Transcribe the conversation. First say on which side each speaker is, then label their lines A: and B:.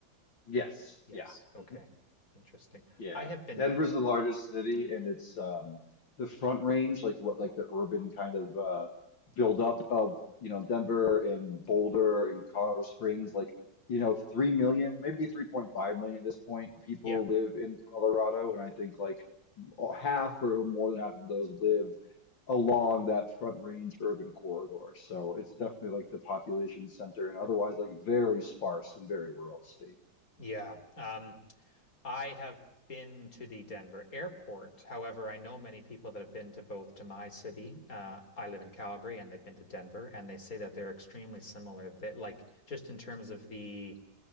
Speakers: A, on the left (about 75°); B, on the left (about 45°).
A: Yes.
B: Yes.
A: Yeah.
B: Okay.
A: Mm-hmm.
B: Interesting.
A: Yeah,
B: I have been,
A: Denver's the largest city, and it's um, the Front Range, like what, like the urban kind of uh, buildup of you know Denver and Boulder and Colorado Springs. Like you know, three million, maybe three point five million at this point, people
B: yeah,
A: live in Colorado, and I think like half or more than half of those live along that Front Range urban corridor. So it's definitely like the population center, and otherwise like very sparse and very rural state.
B: yeah. Um, I have been to the Denver airport. However, I know many people that have been to both to my city. Uh, I live in Calgary, and they've been to Denver, and they say that they're extremely similar. That like just in terms of the